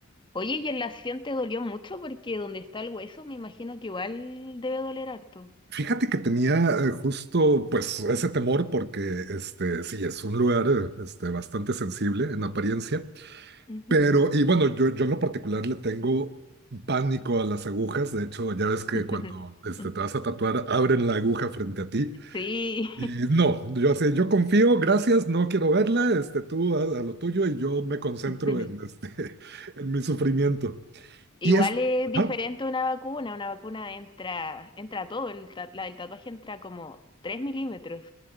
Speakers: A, on the left; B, on the right.
A: Oye, ¿y en la acción te dolió mucho? Porque donde está el hueso, me imagino que igual debe doler harto.
B: Fíjate que tenía eh, justo pues ese temor porque este, sí, es un lugar eh, este, bastante sensible en apariencia
A: Ujú.
B: Pero, y bueno, yo, yo en lo particular le tengo pánico a las agujas. De hecho, ya ves que
A: <laughs>
B: cuando este, te vas a tatuar, abren la aguja frente a ti.
A: Sí.
B: Y no, yo así, yo confío, gracias, no quiero verla, este, tú a, a lo tuyo y yo me concentro
A: <laughs>
B: en, este, <laughs> en mi sufrimiento.
A: Igual
B: Y es...
A: es diferente
B: ajá.
A: una vacuna. Una vacuna entra, entra todo. El ta- la del tatuaje entra como tres milímetros.